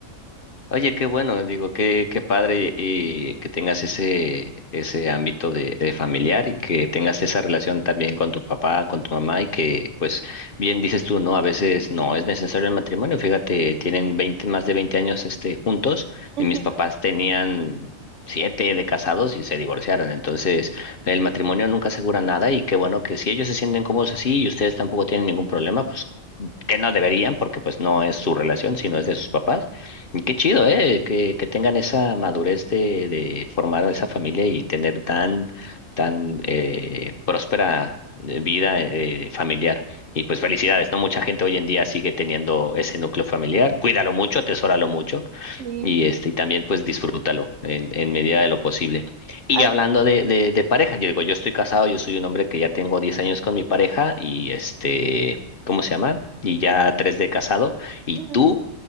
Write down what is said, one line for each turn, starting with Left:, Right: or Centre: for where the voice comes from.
Left: Oye, qué bueno, digo, qué, qué padre y que tengas ese, ese ámbito de, de familiar y que tengas esa relación también con tu papá, con tu mamá y que, pues, bien dices tú, ¿no? A veces no es necesario el matrimonio. Fíjate, tienen 20, más de 20 años, este, juntos
Right: Ujú.
Left: y mis papás tenían siete de casados y se divorciaron. Entonces, el matrimonio nunca asegura nada y qué bueno que si ellos se sienten cómodos así y ustedes tampoco tienen ningún problema, pues que no deberían porque pues no es su relación, sino es de sus papás. Y qué chido, ¿eh? Que, que tengan esa madurez de, de formar esa familia y tener tan, tan eh, próspera eh, vida eh, eh, familiar. Y pues felicidades, ¿no? Mucha gente hoy en día sigue teniendo ese núcleo familiar. Cuídalo mucho, atesóralo mucho
Right: Sí.
Left: y este, y también pues disfrútalo en, en medida de lo posible. Y
Right: Así-
Left: hablando de, de, de pareja, yo digo, yo estoy casado, yo soy un hombre que ya tengo 10 años con mi pareja y este, ¿cómo se llama? Y ya 3 de casado. ¿Y
Right: ujú.
Left: tú